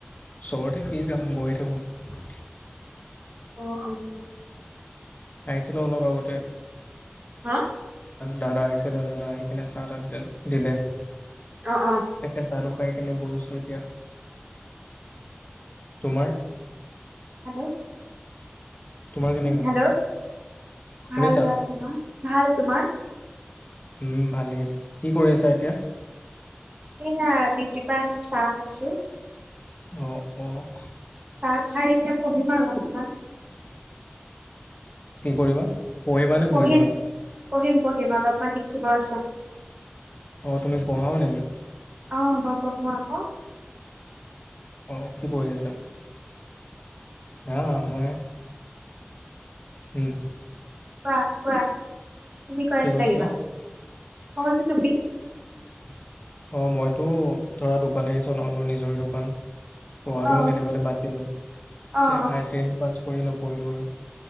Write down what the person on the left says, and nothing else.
চবতে কি যাম গৈয়ে থাকো চোন
খাইছিলোঁ অলপ আগতে
দাদা আহিছিলে, দাদা আহি কিনে চাহ তাহ দিলে
তাকে চাহটো খাই কেনে বহিছোঁ এতিয়া, তোমাৰ
তোমাৰ কেনেকা
শুনিছা
উম ভালেই, কি কৰি আছা এতিয়া
অহ অহ
কি কৰিবা? পঢ়িবা নে
বহিবা
অহ, তুমি পঢ়াও নেকি
অহ কৰি আছা? আহ মই উম
কি
কৈছিলা?
অ', মইতো ধৰা দোকানেই চলাও ন' নিজৰে দোকান। পঢ়াটো
মই কেতিয়াবাতে বাদ দিলোঁ,
হায়াৰ
ছেকেণ্ডৰী পাছ কৰি নপঢ়িলো আৰু।